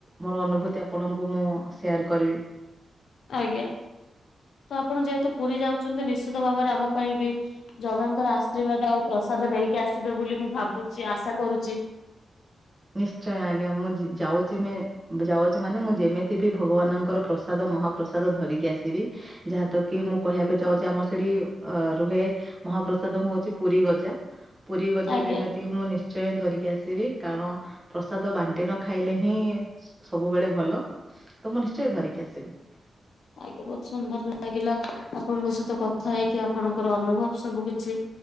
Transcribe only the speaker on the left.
ଆଜ୍ଞା
ତ ଆପଣ ଯେହେତୁ ପୁରୀ ଯାଉଛନ୍ତି ନିଶ୍ଚିତ ଭାବରେ ଆମ ପାଇଁ ବି ଜଗାଙ୍କର ଆଶୀର୍ବାଦ ଆଉ ପ୍ରସାଦ ନେଇକି ଆସିବେ ବୋଲି ମୁଁ ଭାବୁଛି ଆଶା କରୁଛି
ଆଜ୍ଞା
ଆଜ୍ଞା ବହୁତ ସୁନ୍ଦର ଲାଗିଲା ଆପଣଙ୍କ ସହିତ କଥା ହେଇକି ଆପଣଙ୍କର ଅନୁଭବ ସବୁ କିଛି